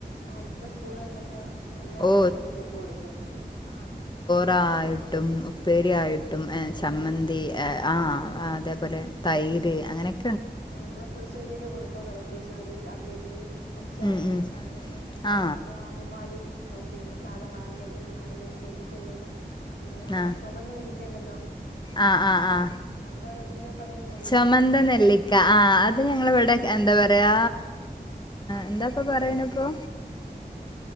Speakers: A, on the left; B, on the left.
A: ആ ഇപ്പൊ സ്കൂളുകളില്ലൊക്കെ നല്ല
B: ഓ
A: അണക്കല്ലി ഫുഡ് കൊടുക്കുന്നത്.
B: റായിട്ടും ഉപ്പേരി ആയിട്ടും എ
A: എല്ലാം
B: ചമ്മന്തി
A: ഉണ്ട് ആഹ്
B: ആ
A: ഇവിടെ
B: അതേപോലെ തൈര് അങ്ങനെകെ
A: ഇവിടെ പുളിശ്ശേരി ഒക്കെ കൊടുക്കുന്ന് പറയും. പുളിശ്ശേരി അവിയല് അച്ചാറ്
B: ഉം ഉം
A: അതൊക്കെ അവിടുത്തെ
B: ആ
A: അമ്മുമാര് പിന്നെ സാധം <unintelligible> മാങ്ങിയലരങ്ങി നെല്ലിക്കണെല്ലാം എന്ത ഒരു
B: ആ
A: ചുമന്ന നെല്ലി കൃണ്ടല്ലോ
B: ആ ആ ആ
A: അവിടെ അതെന്തിനാ പറയന്നും അറിയത്തില്ല.
B: ചുമന്ത നെല്ലിക്ക ആ അത് ഞങ്ങള ഇവിടെ എന്താ പറയാ എന്താപ്പ പറയണപ്പൊ